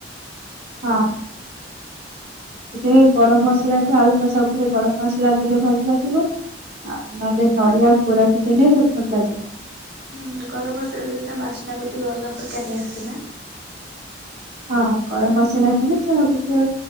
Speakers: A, on the right; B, on the right.
A: ହଁ। ଏ ଗରମ ମସଲା ଏ ଆଳୁ କଷା ଉପରେ ଗରମ ମସଲା ଦେଲେ ଭଲ ଲାଗିବ। ଆଉ ନହେଲେ ନଡିଆ କୋରାକୁ ଦେଲେ ଭଲ ଲାଗିବ।
B: ହୁଁ ଗରମ ମସଲା ତା ବାସ୍ନା ପଟୁ ଅଲଗା ପ୍ରକାରର ଆସେ ନା।
A: ହଁ ଗରମ ମସଲା ଦେଲେ ଯାହା ଟିକେ